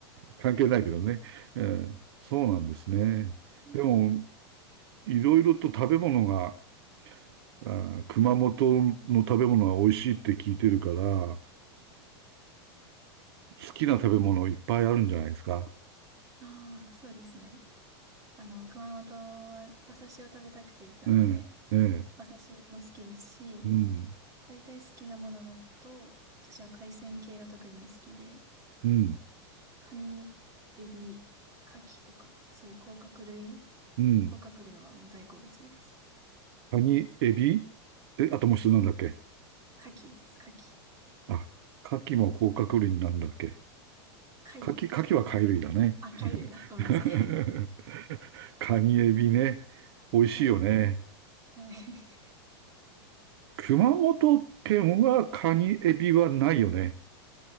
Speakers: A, on the right (about 65°); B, on the right (about 25°).
A: 関係ないけどね。えーそうなんですね。
B: うん
A: でも、いろいろと食べ物が、あー、熊本の食べ物は美味しいって聞いてるから、
B: はい。
A: 好きな食べ物いっぱいあるんじゃないですか。
B: ああ、そうですね。あの、熊本は馬刺しを食べたくて行ったので、
A: ええ、ええ、
B: 馬刺しも好きですし、
A: うん、
B: 大体好きなものだと、私は海鮮系が特に好きで、
A: うん。
B: カニ、エビ、カキとか、そういう甲殻類。
A: うん。
B: 甲殻類はもう大好物です。
A: カニ、エビえ、あともう一つなんだっけ
B: かカキです、カキ。
A: あ、カキも甲殻類になるんだっけ
B: 貝。
A: カキ、カキは貝類だね。
B: あ、貝類だ。ごめんなさい。
A: <laughs> カニ、エビね。
B: <laughs>
A: 美味しいよね。
B: はい。はい。<laughs>
A: 熊本県はカニ、エビはないよね。